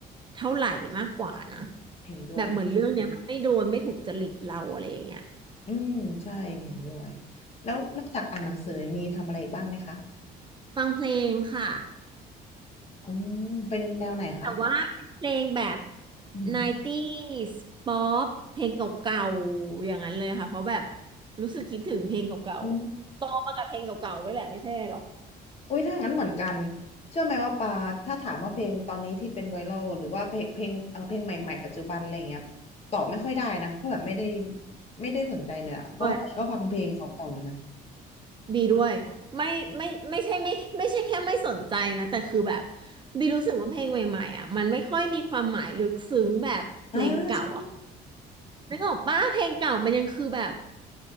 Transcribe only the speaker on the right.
เท่าไหร่มากกว่านะ
แบบเหมือนเรื่องเนี้ยมันไม่โดนไม่ถูกจริตเราอะไรอย่างเงี้ย
ฟังเพลงค่ะ
แต่ว่าเป็นเพลงแบบ
90s ป๊อปเพลงเก่าๆอย่างนั้นเลยค่ะเพราะแบบรู้สึกคิดถึงเพลงเก่าๆโตมากับเพลงเก่าๆด้วยแหละไม่ใช่หรอก
ด้วย บีด้วยไม่ไม่ไม่ใช่ไม่ไม่ใช่แค่ไม่สนใจนะแต่คือแบบบีรู้สึกว่าเพลงใหม่ๆอ่ะมันไม่ค่อยมีความหมายลึกซึ้งแบบเพลงเก่าอ่ะ
นึกออกปะเพลงเก่ามันยังคือแบบ